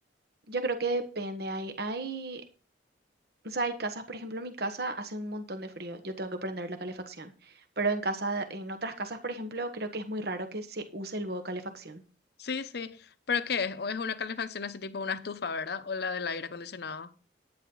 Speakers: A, on the right; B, on the left.
A: yo creo que depende. Hay, hay, o sea, hay casas, por ejemplo, en mi casa hace un montón de frío. Yo tengo que prender la calefacción. Pero en casa, en otras casas, por ejemplo, creo que es muy raro que se use el modo calefacción.
B: Sí, sí. ¿Pero qué es? ¿O es una calefacción así tipo una estufa, ¿verdad? O la del aire acondicionado.